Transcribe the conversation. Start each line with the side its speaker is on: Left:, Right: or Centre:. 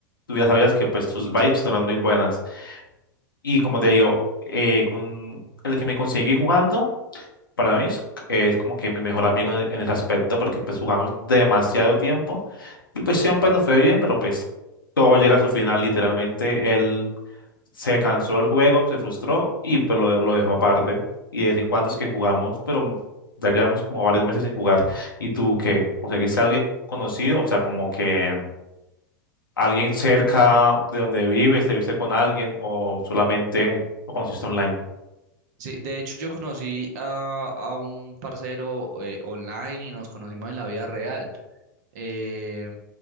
Left: tú ya sabías que pues sus vibes no eran muy buenas. Y como te digo, eh, con el que me conseguí jugando, para mí es, es como que mi mejor amigo en, en ese aspecto, porque pues jugamos demasiado tiempo y pues siempre nos fue bien, pero pues todo llega a su final, literalmente. Él se cansó del juego, se frustró y pues lo, lo dejó aparte. Y de vez en cuando es que jugamos, pero ya llevamos como varios meses sin jugar. ¿Y tú qué? ¿Conseguiste a alguien conocido? O sea, como que... ¿Alguien cerca de donde vives te viste con alguien o solamente lo conociste online?
Right: Sí, de hecho yo conocí a, a un parcero eh, online y nos conocimos en la vida real. Eh,